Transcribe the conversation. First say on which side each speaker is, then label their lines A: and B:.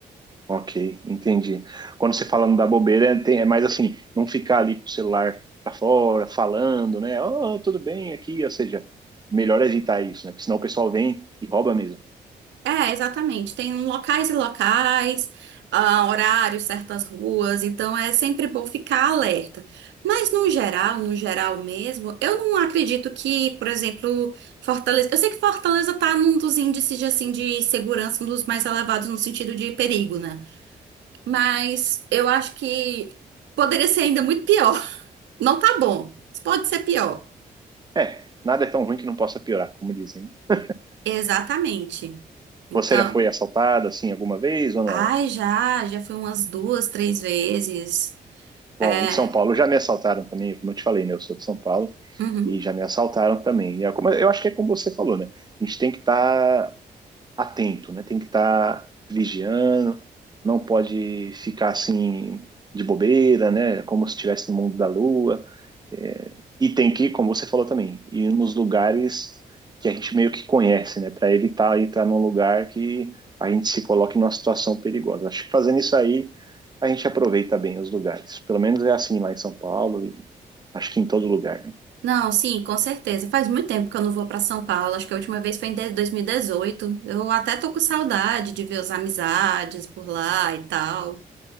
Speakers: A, on the right (about 20°); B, on the right (about 80°).
A: ok, entendi. Quando você fala não dar bobeira, é, tem- é mais assim, não ficar ali com o celular pra fora, falando, né? Oh, tudo bem aqui, ou seja, melhor evitar isso, né? Porque senão o pessoal vem e rouba mesmo.
B: É, exatamente. Tem um locais e locais, ah, horários, certas ruas, então é sempre bom ficar alerta. Mas no geral, no geral mesmo, eu não acredito que, por exemplo, Fortaleza. Eu sei que Fortaleza tá num dos índices de, assim, de segurança, um dos mais elevados no sentido de perigo, né? Mas eu acho que poderia ser ainda muito pior. <laughs> Não tá bom, mas pode ser pior.
A: É, nada é tão ruim que não possa piorar, como dizem, né?
B: Exatamente. Então,
A: Você já foi assaltada assim alguma vez ou não?
B: ai, já, já fui umas duas, três vezes.
A: Bom,
B: É.
A: em São Paulo já me assaltaram também, como eu te falei, né? Eu sou de São Paulo
B: Uhum.
A: e já me assaltaram também. É como- Eu acho que é como você falou, né? A gente tem que estar atento, né? Tem que estar vigiando, não pode ficar assim de bobeira, né? Como se estivesse no mundo da lua. É, e tem que, como você falou também, ir nos lugares que a gente meio que conhece, né? Para evitar entrar num lugar que a gente se coloque numa situação perigosa. Acho que fazendo isso aí, a gente aproveita bem os lugares. Pelo menos é assim lá em São Paulo e acho que em todo lugar, né?
B: Não, sim, com certeza. Faz muito tempo que eu não vou para São Paulo. Acho que a última vez foi em de- 2018. Eu até tô com saudade de ver as amizades por lá e tal.